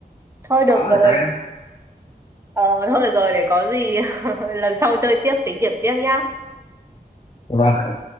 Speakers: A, on the right; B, on the left.
A: Thôi được
B: có
A: rồi.
B: hả ta
A: Ờ, thôi được rồi để có gì <laughs> lần sau chơi tiếp tính điểm tiếp nhá.
B: vâng